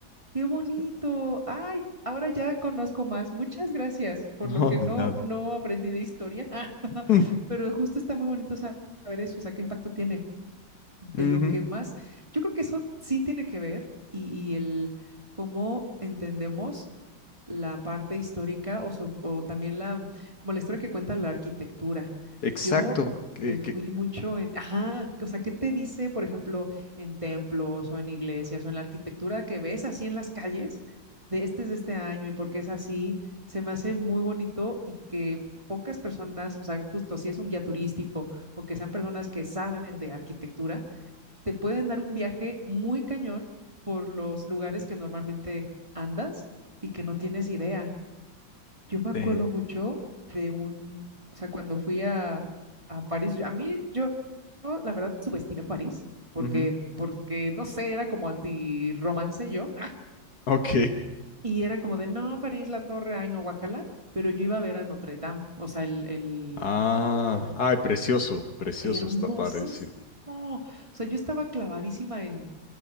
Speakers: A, on the right; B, on the left.
A: Qué bonito.
B: <laughs> Sí.
A: Ay, ahora ya conozco más. Muchas gracias por
B: No,
A: lo que
B: de
A: no,
B: nada.
A: no aprendí de historia, <laughs>
B: <laughs>
A: pero justo está muy bonito sa- saber eso, o sea, qué impacto tiene. De
B: Ujú,
A: lo que más, yo creo que eso sí tiene que ver y, y el cómo entendemos la parte histórica o, so- o también la, como la historia que cuenta la arquitectura.
B: Exacto.
A: Yo
B: Que,
A: me fui
B: que,
A: mucho en, ajá, o sea, ¿qué te dice, por ejemplo, en templos o en iglesias o en la arquitectura que ves así en las calles de este es de este año y por qué es así? Se me hace muy bonito y que pocas personas, o sea, justo si es un guía turístico o que sean personas que saben de arquitectura te pueden dar un viaje muy cañón por los lugares que normalmente andas y que no tienes idea. Yo me acuerdo
B: eh,
A: mucho de un, o sea, cuando fui a, a París, yo- a mí yo, yo, la verdad subestimé París porque,
B: ujú,
A: porque, no sé, era como anti-romance yo.
B: Ok.
A: Y era como de, no, París, la torre, ay, no, guacala, pero yo iba a ver a Notre Dame, o sea, el, el,
B: Ah,
A: justo,
B: ay, precioso, precioso
A: hermosísimo.
B: está parecido.
A: O sea, yo estaba clavadísima en,